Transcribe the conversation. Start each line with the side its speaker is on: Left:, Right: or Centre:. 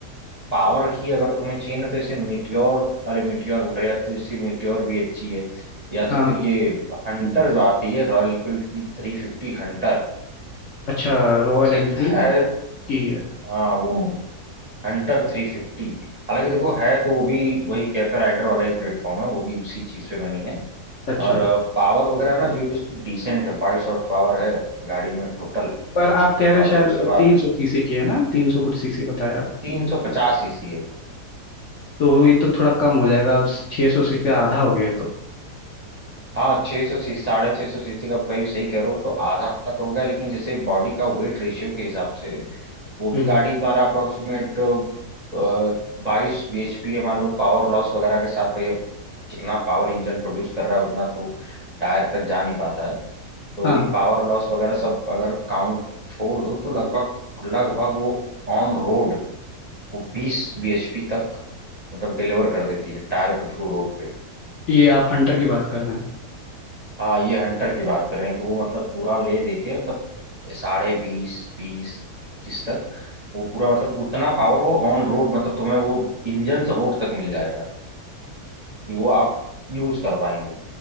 Right: पावर ही अगर तुम्हें चाहिए ना तो इसे मीटियोर अरे मीटियोर बोल रहे हैं, या तो इसी मीटियोर भी अच्छी है या तो
Left: हाँ
Right: फिर ये हंटर जो आती है रॉयल एनफील्ड की थ्री फिफ्टी हंटर
Left: अच्छा रॉयल
Right: से
Left: एनफील्ड
Right: है
Left: की है
Right: हाँ वो हंटर थ्री फिफ्टी हालांकि देखो है तो वो भी वही कैफे राइडर वाला ही प्लेटफॉर्म है वो भी उसी चीज पे बनी है
Left: अच्छा
Right: और पावर वगैरह ना जो है कि उसकी डिसेंट है बाईस हॉर्स पावर है गाड़ी में टोटल
Left: पर आप कह रहे
Right: और
Left: हैं शायद
Right: उसके बाद
Left: तीन सौ सीसी की है ना तीन सौ कुछ सीसी बताया आप
Right: तीन सौ पचास सीसी है वो
Left: तो ये तो थोड़ा कम हो जाएगा छः सौ सीसी आधा हो गया ये तो
Right: हाँ छः सौ सीसी साढ़े छः सौ सीसी का भाई सही कह रहे हो तो आधा तो हो गया लेकिन जैसे बॉडी का वेट रेशियो के हिसाब से वो भी
Left: हम्म हम्म,
Right: गाड़ी तुम्हारा अप्रोक्सीमेट बाईस bhp है मान लो पावर लॉस वगैरह के साथ भाई अब जितना पावर इंजन प्रोड्यूस कर रहा है उतना तो टायर तक जा नहीं पाता है तो
Left: हाँ
Right: वही पावर लॉस वगैरह सब अगर काउंट छोड़ दो तो लगभग लगभग वो ऑन रोड वो बीस bhp तक मतलब डिलीवर कर देती है टायर के थ्रू रोड पे
Left: ये आप हंटर की बात कर रहे हैं
Right: हाँ ये हंटर की बात कर रहे हैं कि वो मतलब पूरा ले दे के मतलब साढ़े बीस बीस इक्कीस तक वो पूरा मतलब उतना पावर वो ऑन रोड मतलब तुम्हें वो इंजन से रोड तक मिल जाएगा कि वो आप यूज कर पाएंगे